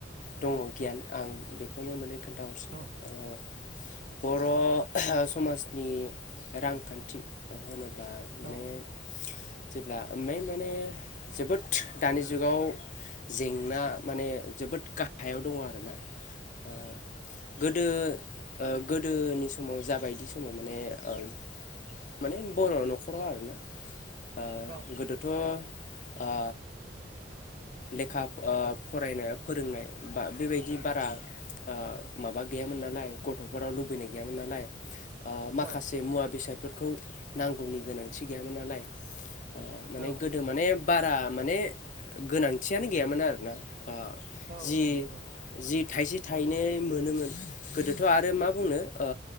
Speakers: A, on the left; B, on the right.
A: दङ गियान आं बेखौनो माने खोन्थाहरसै
B: औ
A: ओ बर' समाजनि रांखान्थि होनोब्ला माने
B: औ
A: जेब्ला मेन माने जोबोद दानि जुगाव जेंना माने जोबोद गा हायाव दङ आरोना ओ गोदो ओ गोदोनि समाव जाबायदि समाव माने ओ माने बर' न'खराव आरोना ओ
B: औ
A: गोदोथ' ओ लेखा ओ फरायनाय फोरोंनाय बा बेबायदि बारा ओ माबा गैयामोन नालाय गथ'फोराव लुबैनाय गैयामोन नालाय ओ माखासे
B: औ
A: मुवा बेसादफोरखौ नांगौनि गोनांथि गैयामोन नालाय ओ माने
B: औ
A: गोदो माने बारा माने गोनांथियानो गैयामोन आरोना ओ
B: औ
A: जि
B: औ नंगौ
A: जि थाइसे थायनै मोनोमोन गोदोथ' आरो मा बुंनो ओ